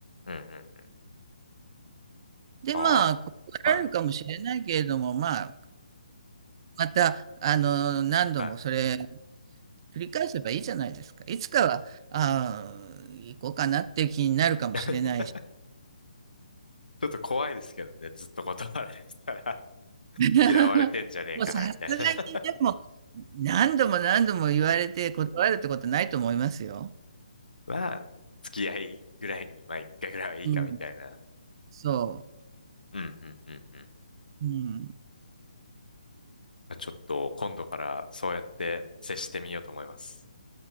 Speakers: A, on the left; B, on the right.
A: うんうん
B: で、
A: あ
B: まあ、断られるかもしれないけれども、
A: あ、はい、
B: まあ、また、あの、何度もそれ
A: はい。
B: 繰り返せばいいじゃないですか。いつかは、あー行こうかなっていう気になるかもしれないし。
A: <laughs> ちょっと怖いですけどね、ずっと断られてたら <laughs>
B: <laughs>
A: 嫌われてんじゃねえかな、
B: もうさすがにでも、
A: みたいな
B: 何度も何度も言われて断るってことないと思いますよ。
A: <laughs> まあ、付き合いぐらいに、まあ一回ぐらいはいいか、
B: うん。
A: みたいな。
B: そ
A: うん、うん、うん、うん。
B: う。うん。
A: まあ、ちょっと、今度からそうやって接してみようと思います。